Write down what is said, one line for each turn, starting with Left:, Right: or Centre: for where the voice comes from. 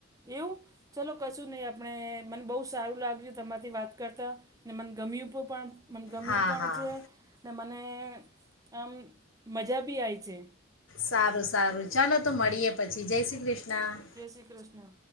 Right: એવું ચલો કશું નહી આપણે મને બહુ સારું લાગ્યું તમારાથી વાત કરતા ને મ.. ગમ્યું પણ મ ગમ્યું
Left: હા
Right: પણ
Left: હા
Right: છે. ને મને આમ મજા બી આવી છે.
Left: સારું સારું ચાલો તો મળીએ પછી જય શ્રી કૃષ્ણ.
Right: જય શ્રી કૃષ્ણ!